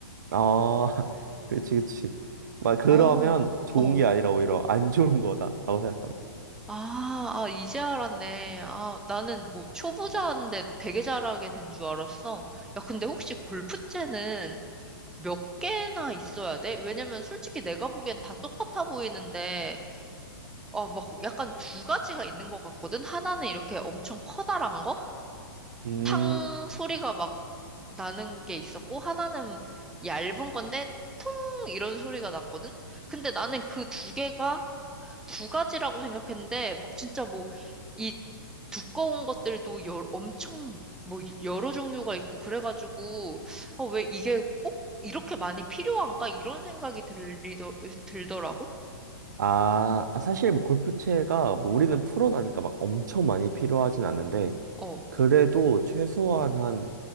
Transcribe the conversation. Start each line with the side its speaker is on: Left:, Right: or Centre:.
Right: 아, <laughs> 그치, 그치. 막 그러면
Centre: 어,
Right: 좋은
Centre: 어.
Right: 게 아니라 오히려 안 좋은 거다라고 생각하면 돼.
Centre: 아, 아, 이제 알았네. 아, 나는 뭐 초보자인데 되게 잘하게 된 줄 알았어. 야, 근데 혹시 골프채는 몇 개나 있어야 돼? 왜냐면 솔직히 내가 보기엔 다 똑같아 보이는데, 어, 막 약간 두 가지가 있는 것 같거든? 하나는 이렇게 엄청 커다란 거?
Right: 음,
Centre: 탕 소리가 막 나는 게 있었고 하나는 얇은 건데 통 이런 소리가 났거든. 근데 나는 그 두 개가 두 가지라고 생각했는데 막 진짜 뭐 이 두꺼운 것들도 여, 엄청 뭐 여러 종류가 있고 그래가지고 어, 왜 이게 꼭 이렇게 많이 필요한가 이런 생각이 들리더 들더라고.
Right: 아, 아, 사실 뭐 골프채가 뭐 우리는 프로라니까 막 엄청 많이 필요하진 않은데
Centre: 어.
Right: 그래도 최소한 한